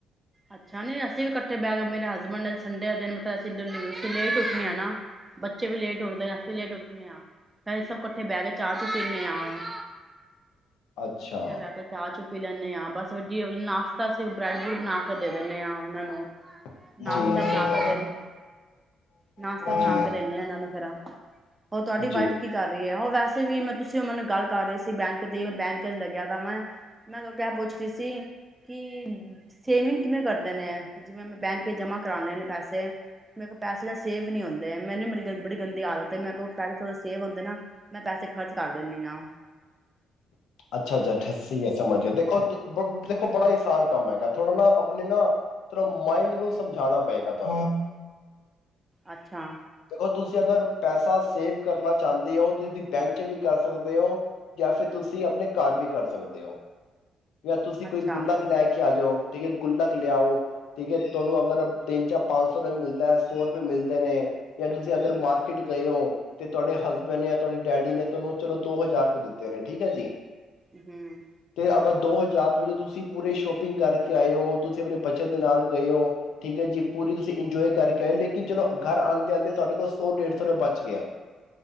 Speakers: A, on the right; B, on the left.
A: ਅੱਛਾ ਨੀ ਅਸੀਂ ਵੀ ਕੱਠੇ ਬਹਿ ਕੇ ਮੇਰੇ ਹਸਬੈਂਡ ਨੇ ਸੰਡੇ ਦਿਨ ਮਤਲਬ ਅਸੀ ਲੇਟ ਈ ਉੱਠਣੇ ਆ ਨਾ, ਬੱਚੇ ਵੀ ਲੇਟ ਉੱਠਦੇ ਨੇ ਅਸੀਂ ਲੇਟ ਉੱਠ ਉਠਣੇ ਆ ਫਿਰ ਸਭ ਇਕੱਠੇ ਬਹਿ ਕੇ ਚਾਹ ਚੁ ਪੀਨਾ ਆ।
B: ਅੱਛਾ
A: ਉੱਥੇ ਬਹਿ ਕੇ ਚਾਹ ਚੁ ਪੀ ਲੇਨੇ ਆ ਬਸ, <unintelligible> ਨਾਸਤਾ ਸੀ। ਬ੍ਰੈਡ ਬਰੁਡ ਬਣਾ ਕੱਢ ਦਿੰਨੇ ਆ ਉਹਨਾਂ ਨੂੰ,
B: ਜੀ
A: ਨਾਸ਼ਤਾ
B: ਸਹੀ
A: ਬਣਾ ਕੇ ਦੇਨ ਨਾਸ਼ਤਾ
B: ਗੱਲ
A: ਬਣਾ
B: ਜੀ
A: ਕੇ ਦਿੰਨੇ ਆ ਇਹਨਾਂ ਨੂੰ ਫਿਰ, ਉਹ ਤੁਹਾਡੀ
B: ਜੀ
A: ਵਾਈਫ ਕੀ ਕਰ ਰਹੀ ਐ ਉਹ ਵੈਸ ਵ ਵੀ ਮੈਂ ਤੁਸੀਂ ਉਹਨਾ ਨਾਲ ਗੱਲ ਕਰ ਰਹੀ ਸੀ ਬੈਂਕ ਦੀ ਮੈਂ ਬੈਂਕ ਲੱਗਿਆ <unintelligible> ਵਾ ਮੈਂ ਮੈਂ ਕਿਆ ਪੁੱਛ ਰਹੀ ਸੀ ਕਿ ਸੇਵਿੰਗ ਕਿਵੇਂ ਕਰਦੇ ਨੇ ਜਿਵੇਂ ਮੈਂ ਬੈਂਕ ਜਮਾਂ ਕਰਾਣੇ ਨੇ ਪੈਸੇ ਮੇਰੇ ਕੋਲ ਪੈਸੇ ਨਾ ਸੇਵ ਨਹੀਂ ਹੁੰਦੇ ਮੈਨੂੰ ਮੇਰੀ <unintelligible> ਗਰ ਬੜੀ ਗੰਦੀ ਆਦਤ ਹੈ, ਮੈਂ ਕੋਲ ਪੈਸੇ ਥੋੜੇ ਸੇਵ ਹੁੰਦੇ ਨਾ ਮੈਂ ਪੈਸੇ ਖਰਚ ਕਰ ਦਿੰਨੀ ਆ।
B: ਅੱਛਾ ਅੱਛਾ ਠੇਸੀ ਮੈਂ ਸਮਝ ਗਿਆ ਦੇਖੋ। ਦੇਖੋ ਬੜਾ ਆਸਾਨ ਕੰਮ ਹੈਗਾ ਥੋੜਾ ਨਾ ਆਪਣੇ ਨਾ ਥੋੜਾ ਨਾ ਮਾਇੰਡ ਨੂੰ ਸਮਝਾਣਾ ਪਏਗਾ ਤੁਹਾਨੂੰ,
A: ਅੱਛਾ,
B: ਦੇਖੋ ਤੁਸੀਂ ਅਗਰ ਪੈਸਾ ਸੇਵ ਕਰਨਾ ਚਾਹੁੰਦੇ ਹੋ, ਤੁ ਤੁਸੀਂ ਬੈਂਕ ਚ ਵੀ ਕਰ ਸਕਦੇ ਹੋ, ਜਾਂ ਫੇਿਰ ਤੁ ਤੁਸੀਂ ਆਪਣੇ ਘਰ ਵੀ ਕਰ ਸਕਦੇ ਹੋ ਜਾਂ, ਤੁਸੀਂ
A: ਅੱਛਾ
B: ਕੋਈ ਗੁਲਕ ਲੈ ਕੇ ਆ ਜਾਓ ਠੀਕ ਹੈ, ਗੁੱਲਕ ਲਿਆਓ ਠੀਕ ਹੈ, ਤੁਹਾਨੂੰ ਅਗਰ ਦਿਨ ਚ ਪੰਜ ਸੌ ਰੁਪਏ ਮਿਲਦਾ ਆ, ਸੋ ਰੁਪਏ ਮਿਲਦੇ ਨੇ ਜਾਂ, ਤੁਸੀਂ ਅਗਰ ਮਾਰਕੀਟ ਗਏ ਉ, ਤੇ ਤੁਹਾਡੇ ਹਸਬੈਂਡ ਜਾਂ ਤੁਹਾਡੇ ਡੈਡੀ ਨੇ, ਤੁਹਾਨੂੰ ਚਲੋ ਦੋ ਹਜ਼ਾਰ ਰੁਪਏ ਦਿੱਤੇ ਨੇ ਠੀਕ ਹੈ ਜੀ
A: ਹਮ
B: ਤੇ ਅਗਰ ਦੋ ਹਜ਼ਾਰ ਰੁਪਏ ਚ, ਤੁਸੀਂ ਪੂਰੇ ਸ਼ੋਪਿੰਗ ਕਰਕੇ ਆਏ ਹੋ, ਤੁਸੀਂ ਆਪਣੇ ਬੱਚੇ ਦੇ ਨਾਲ ਗਏ ਹੋ ਠੀਕ ਹੈ ਜੀ ਪੂਰੀ ਤੁਸੀਂ ਇੰਜੋਏ ਕਰਕੇ ਆਏ, ਲੇਕਿਨ ਚਲੋ ਘਰ ਆਉਂਦੇ ਆਉਂਦੇ, ਤੁਹਾਡੇ ਕੋਲ ਸੌ ਡੇਢ ਸੌ ਰੁਪਏ ਬਚ ਗਿਆ